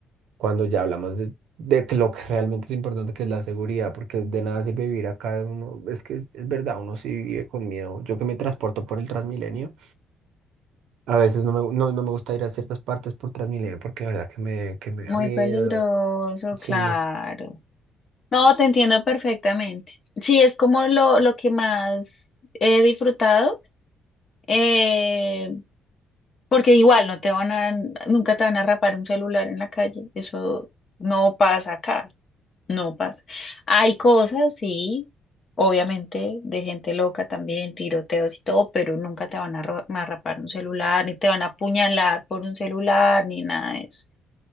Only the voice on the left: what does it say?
muy
peligroso,
claro. No, te entiendo perfectamente. Sí, es como lo, lo que más he disfrutado Eh, porque igual no te van a, nunca te van a rapar un celular en la calle. Eso no pasa acá, no pasa. Hay cosas, sí, obviamente, de gente loca también, tiroteos y todo, pero nunca te van a, ro- a rapar un celular, ni te van a apuñalar por un celular, ni nada de eso.